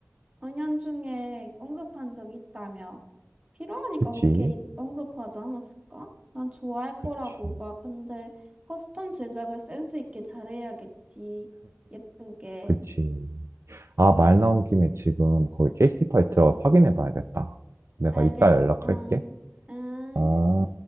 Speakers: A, on the right; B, on the right.
A: 은연 중에 언급한 적이 있다며. 필요하니까
B: 그치?
A: 그렇게 언급하지 않았을까? 난 좋아할 거라고
B: 그치.
A: 봐. 근데 커스텀 제작을 센스 있게 잘해야겠지. 예쁘게.
B: 그치. 아, 말 나온 김에 지금 거기 케이스티파이 들어가서 확인해 봐야겠다. 내가
A: 알겠어.
B: 이따 연락할게.
A: 응.
B: 어.